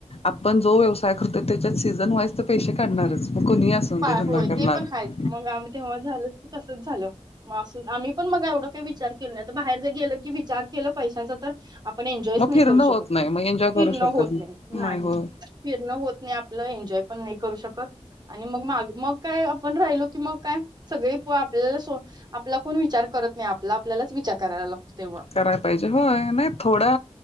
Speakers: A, on the left; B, on the right.
A: आपण जो व्यवसाय करतो त्याच्यात सीझन वाईज तर पैसे काढणारच. मग कोणीही असून
B: पा
A: दे धंदा
B: होय
A: करणारा.
B: ते पण आहेच मग आम्ही तेव्हा झालंच की तसंच झालं. मग असं आम्ही पण मग काय एवढं काही विचार केल नाही. आता बाहेर जर गेलं की विचार केलं पैशांचा तर आपण एन्जॉयच
A: मग
B: नाही
A: फिरणं
B: करू
A: होत
B: शकत.
A: नाही मग एन्जॉय करू
B: फिरणं
A: शकत
B: होतं
A: नाही
B: नाही नाही.
A: होय
B: फिरणं होत नाही आपलं, एन्जॉय पण नाही करू शकतं. आणि मग माग मग काय आपण राहिलो की मग काय सगळी आपल्याला सो आपला कोण विचार करत नाही. आपला आपल्यालाच विचार करायला लागतोय तेव्हां.
A: कराय पाहिजे, होय. नाही थोडा